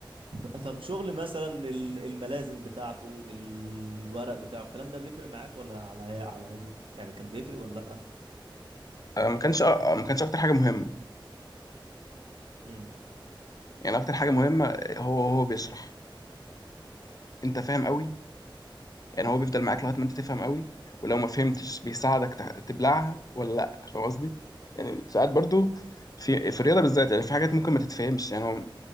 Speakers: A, on the right (about 80°); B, on the left (about 45°).
A: ط- طب شغل مثلا ال- الملازم بتاعته الورق بتاعه الكلام ده بيفرق معاك ولا على هي على هادي يعني كان بيفرق ولا لأ
B: آه، ما كانش آه، ما كانش أكتر حاجة مهمة
A: امم
B: يعني أكتر حاجة مهمة هو هو بيشرح أنت فاهم قوي يعني هو بيفضل معاك لغايه ما انت تفهم قوي ولو ما فهمتش بيساعدك تح- تبلعها ولا لا فاهم قصدي يعني ساعات برضو في في الرياضه بالذات يعني في حاجات ممكن ما تتفهمش يعني هو